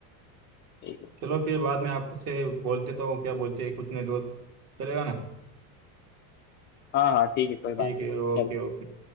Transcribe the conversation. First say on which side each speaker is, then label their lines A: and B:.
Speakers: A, on the left; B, on the right.
A: ठीक है
B: चलो फिर बाद में आपसे बोल देता हूँ क्या बोलते हैं कुछ नहीं दोस्त चलेगा ना
A: हाँ हाँ ठीक है कोई बात
B: ठीक है
A: नहीं
B: Okay
A: चलो
B: okay